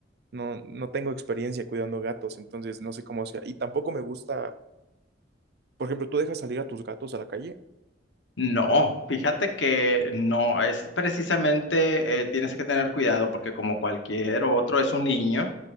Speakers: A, on the right (about 60°); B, on the left (about 85°).
A: No, no tengo experiencia cuidando gatos, entonces no sé cómo sea. Y tampoco me gusta Por ejemplo, ¿tú dejas salir a tus gatos a la calle?
B: no, fíjate que no, es precisamente eh, tienes que tener cuidado porque como cualquier otro es un niño.